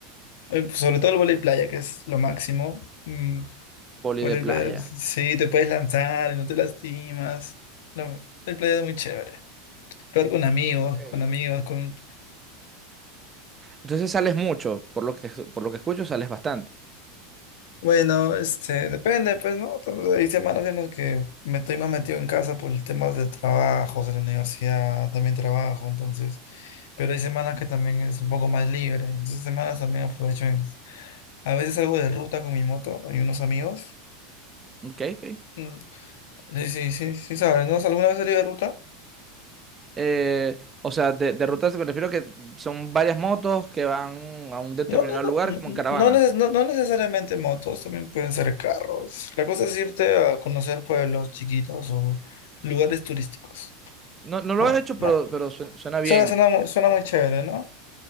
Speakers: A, on the left (about 75°); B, on the right (about 15°).
A: Eh, sobre todo el voleibol playa, que es lo máximo. Mm,
B: vóley
A: voleibol
B: de playa.
A: playa, sí, te puedes lanzar y no te lastimas. No, el playa es muy chévere. Peor con amigos,
B: Ok.
A: con amigos, con...
B: Entonces sales mucho, por lo que, por lo que escucho, sales bastante.
A: Bueno, este, depende, pues, ¿no? Hay semanas en las que me estoy más metido en casa por el tema de trabajos, de la universidad, también trabajo, entonces... Pero hay semanas que también es un poco más libre. Entonces, semanas también aprovecho en... A veces salgo de ruta con mi moto y unos amigos.
B: Ok, ok.
A: Mm, Sí, sí, sí, sí, sabes, ¿no? ¿Alguna vez salí de ruta?
B: Eh, o sea, de, de rutas me refiero que son varias motos que van a un determinado
A: No, no, no,
B: lugar
A: no,
B: como en caravana.
A: no, neces- no- no necesariamente motos, también pueden ser carros. La cosa es irte a conocer pueblos chiquitos o lugares turísticos.
B: No, no
A: Ajá,
B: lo he hecho,
A: ¿no?
B: pero, pero suen- suena, bien,
A: Suena, suena muy, suena muy chévere, ¿no?